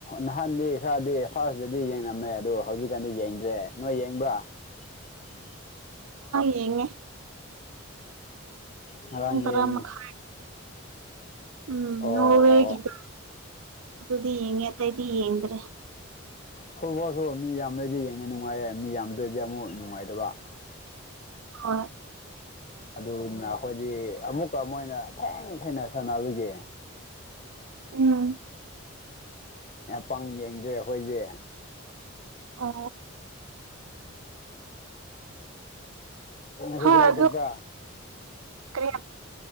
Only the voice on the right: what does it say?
ꯌꯦꯉꯦ
ꯀꯣꯟ
ꯇꯔ ꯑꯃ ꯈ ꯎꯝ
ꯅꯣ ꯍꯒꯗ
ꯑꯗꯨꯗꯤ ꯌꯦꯉꯦ ꯇꯥꯏꯗꯤ ꯌꯦꯡꯡꯗ꯭ꯔꯦ
ꯑ
ꯎꯝ
ꯑ
ꯍꯣꯏ
ꯑꯗꯨ ꯀꯔꯤ